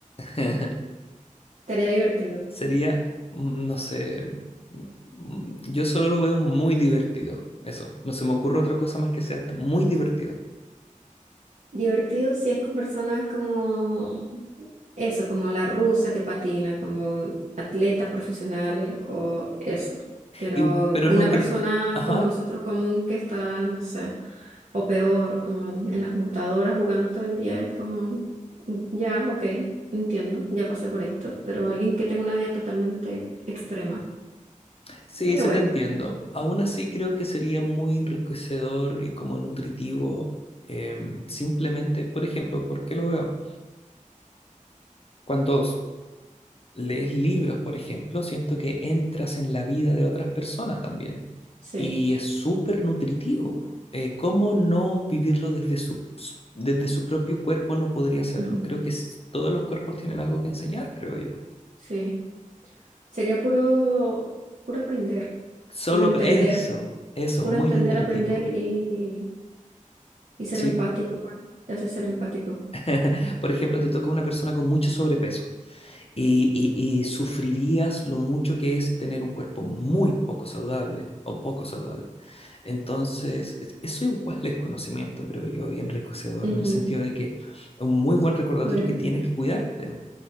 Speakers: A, on the left; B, on the right.
A: <laughs>
B: Estaría divertido.
A: Sería, mm, no sé, mm, yo solo lo veo muy divertido. Eso, no se me ocurre otra cosa más que sea t- muy divertido.
B: Divertido si es con personas como eso, como la rusa que patina, como atletas profesionales o eso. Pero
A: Y, pero
B: una
A: no creo.
B: persona
A: Ajá,
B: como nosotros común que está, no sé, o peor, como en en la computadora jugando todo el día, es como, ya, ok, entiendo, ya pasé por esto, pero alguien que tenga una vida totalmente extrema.
A: sí,
B: Estaría
A: sí
B: bueno,
A: te entiendo. Aún así creo que sería muy enriquecedor y como nutritivo. em, simplemente, por ejemplo, ¿por qué lo veo? Cuando s- lees libros, por ejemplo, siento que entras en la vida de otras personas también.
B: sí,
A: Y es súper nutritivo. Eh, ¿cómo no vivirlo desde su, desde su propio cuerpo no podría hacerlo?
B: ujú,
A: Creo que s- todos los cuerpos tienen algo que enseñar, creo yo.
B: sí. Sería puro, puro aprender,
A: Solo
B: puro entender.
A: eso, eso,
B: Puro
A: muy
B: entender,
A: nutritivo.
B: aprender y, y ser
A: Sí.
B: empático. bueno, Te hace ser empático.
A: <laughs> Por ejemplo, te toca una persona con mucho sobrepeso y, y, y sufrirías lo mucho que es tener un cuerpo muy poco saludable o poco saludable. Entonces, es- eso igual es conocimiento, creo yo, y enriquecedor
B: Ujú,
A: en el sentido de que un muy buen recordatorio
B: Podría
A: que
B: entender.
A: tienes que cuidarte.